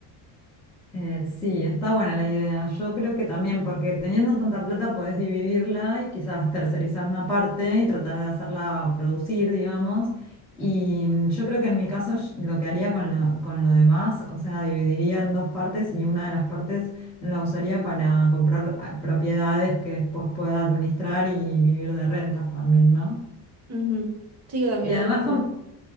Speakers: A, in the centre; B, on the right.
A: Eh, sí, está buena la idea. Yo creo que también, porque teniendo tanta plata podés dividirla y quizás tercerizar una parte y tratar de hacerla producir, digamos. Y mm, yo creo que en mi caso sh- lo que haría con lo, con lo demás, o sea, dividiría en dos partes y una de las partes la usaría para comprar ah, propiedades que después pueda administrar y vivir de rentas también, ¿no?
B: Ujú. Sí, yo también
A: Y además
B: lo pensé.
A: con